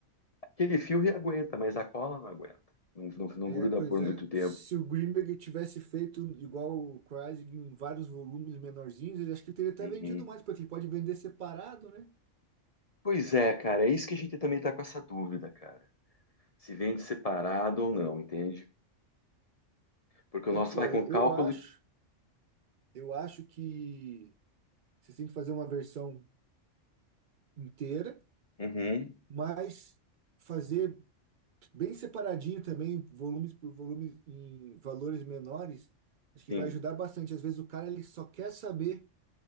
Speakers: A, on the left; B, on the right.
A: Aquele fio aguenta, mas a cola não aguenta. Não, não, não
B: é,
A: gruda
B: pois
A: por muito
B: é.
A: tempo.
B: Se o Greenberg tivesse feito igual o Kreisig em vários volumes menorzinhos, ele acho que teria até
A: Uhum.
B: vendido mais, porque ele pode vender separado, né?
A: Pois é, cara, é isso que a gente também tá com essa dúvida, cara. Se vende separado ou não, entende? Porque o
B: Sabe
A: nosso
B: qual
A: vai
B: é?
A: com
B: Eu,
A: cálculo.
B: eu acho, eu acho que você tem que fazer uma versão inteira,
A: e- Uhum,
B: mas fazer Bem separadinho também, volumes por volumes em valores menores, acho que
A: sim.
B: vai ajudar bastante. Às vezes o cara ele só quer saber